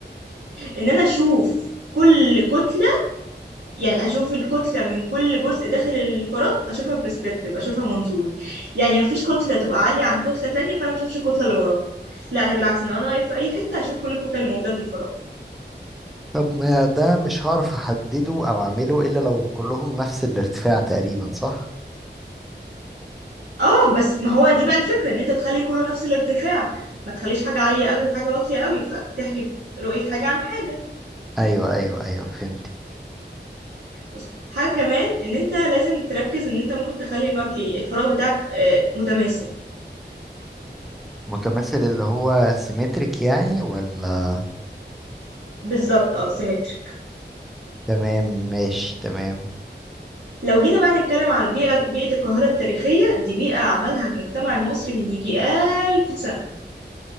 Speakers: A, on the right; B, in the centre.
A: ان انا اشوف كل كتلة يعني اشوف الكتلة من كل جزء داخل الفراغ اشوفها برسبكتيف اشوفها منظور يعني مفيش كتلة تبقى عالية عن كتلة تانية فانا ما اشوفش الكتلة اللي وراها لا انا بالعكس انا وانا واقف في اي حتة اشوف كل الكتل اللي موجودة في الفراغ
B: طب ما ده مش هعرف احدده او اعمله الا لو كلهم نفس الارتفاع تقريبا صح
A: اه بس ما هو دي بقى الفكرة ان انت تخلي كله نفس الارتفاع ما تخليش حاجة عالية قوي وحاجة واطية قوي فتحجب رؤية حاجة عن حاجة
B: ايوه ايوه ايوه فهمت
A: بص حاجة كمان ان انت لازم تركز ان انت ممكن تخلي المبنى الفراغ بتاعك آه، متماثل
B: متماثل اللي هو سيمتريك يعني ولا
A: بالظبط اه سيمتريك
B: تمام ماشي تمام
A: لو جينا بقى نتكلم على البيئة بيئة القاهرة التاريخية دي بيئة عملها المجتمع المصري من يجي ألف سنة